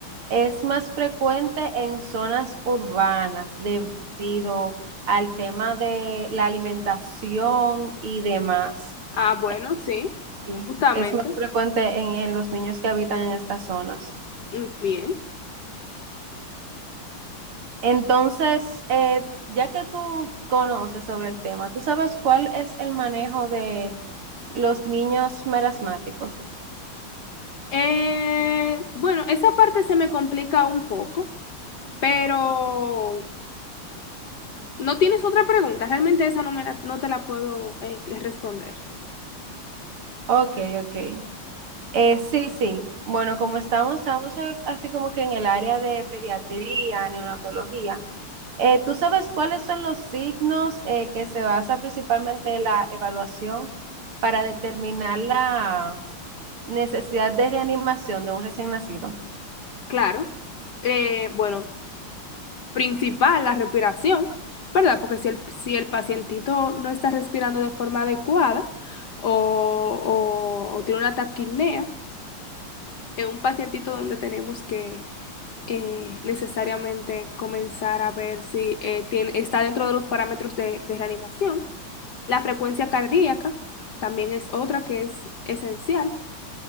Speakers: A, on the right; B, on the left.
A: es más frecuente en zonas urbanas debido al tema de la alimentación y demás.
B: Ah, bueno,
A: Eh,
B: sí,
A: sí,
B: justamente.
A: es más frecuente en en los niños que habitan en estas zonas.
B: Mm, Bien.
A: Entonces, eh, ya que tú conoces sobre el tema, ¿tú sabes cuál es el manejo de los niños merasmáticos?
B: Eh, bueno, esa parte se me complica un poco, pero no tienes otra pregunta. Realmente esa no me la- no te la puedo eh, eh, responder.
A: Ok, ok. Eh, sí, sí. Bueno, como estamos, estamos eh, así como que en el área de pediatría, neonatología. eh, ¿tú sabes cuáles son los signos eh, que se basa principalmente la evaluación para determinar la necesidad de reanimación de un recién nacido?
B: Claro. Eh, bueno, principal, la respiración, ¿verdad? Porque si el, si el pacientito no está respirando de forma adecuada o, o- o tiene una taquipnea, es un pacientito donde tenemos que eh, necesariamente comenzar a ver si eh, tiene- está dentro de los parámetros de de reanimación. La frecuencia cardíaca también es otra que es esencial.